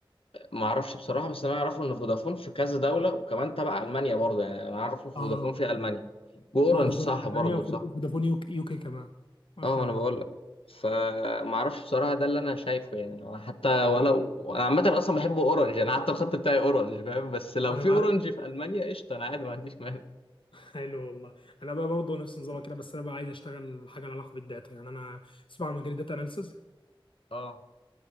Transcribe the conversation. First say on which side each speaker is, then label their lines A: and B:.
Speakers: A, on the left; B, on the left.
A: ما اعرفش بصراحة بس انا اعرفه ان فودافون في كذا دولة وكمان تبع المانيا برضه يعني انا اعرف إن فودافون
B: اه
A: في المانيا واورنج
B: في فودافون
A: صح
B: المانيا
A: برضه
B: وفودافون
A: صح
B: يوك- يوكي كمان اشهر
A: اه ما انا
B: قوي
A: بقول لك فما اعرفش بصراحه ده اللي انا شايفه يعني لو حتى ولو
B: انا مع-
A: انا عامه اصلا بحب اورنج انا حتى الخط بتاعي اورنج فاهم بس لو
B: انا
A: في
B: مع...
A: اورنج في المانيا قشطه انا عادي ما عنديش مانع
B: <laughs> حلو والله انا بقى برضه نفس نظامك كده بس انا بقى عايز اشتغل حاجه لها علاقه بالداتا يعني انا اسمع عن مجال الداتا اناليسز
A: اه